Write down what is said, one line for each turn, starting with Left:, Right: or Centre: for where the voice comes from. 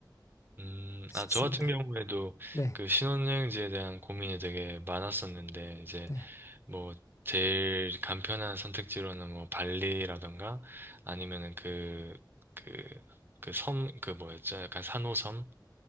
Right: 음,
Left: <laughs> 싶습니다.
Right: 아, 저 같은 경우에도
Left: 네,
Right: 그 신혼여행지에 대한 고민이 되게 많았었는데, 이제
Left: 네.
Right: 뭐 제일 간편한 선택지로는 뭐 발리라던가 아니면은 그 그 그 섬 그 뭐였죠? 약간 산호섬